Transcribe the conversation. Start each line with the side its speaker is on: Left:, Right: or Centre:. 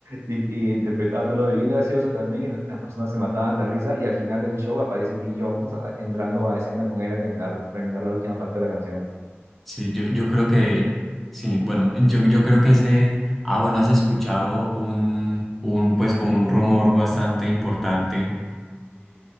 Right: y, y interpretándolo y bien gracioso también. y Las personas se mataban de risa, y al final del show aparece Beyoncé a- entrando a escena con él a terminar, terminar la última parte de la canción.
Centre: Sí, yo, yo creo que. Sí, bueno, yo, yo creo que ese. Ah, bueno, has escuchado un, un, pues como un rumor bastante importante